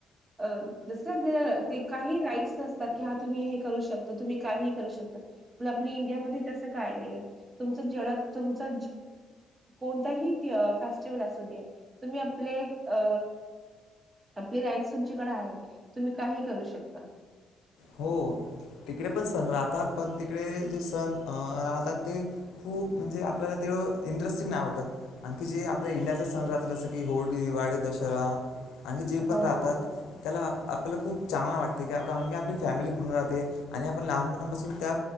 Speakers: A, on the right (about 25°); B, on the left (about 90°).
A: अ जसं आपले ते काही राइट्स असतात हा तुम्ही हे करू शकतात तुम्ही काही करू शकतात पण आपली इंडियामध्ये तसं काय नाही तुमचं जेवढा तुमचा कोणताही फेस्टिवल असू द्या तुम्ही आपले अ आपली राईट्स तुमच्याकडे आहे तुम्ही काही करू शकता.
B: हो तिकडे पण सण राहतात पण तिकडे जे सण अ राहतात ते खूप म्हणजे आपल्याला ते इंटरेस्टिंग नाही वाटत आणखी जे आपल्या इंडिया सण राहतात जस की होळी दिवाळी दशरा आणि जे पण
A: हो,
B: राहतात त्याला आप आप आपल्याला खूप चांगला वाटते कारण की आपले. फॅमिली पुूर्ण राहते आणि आपण लहानपणापासून त्या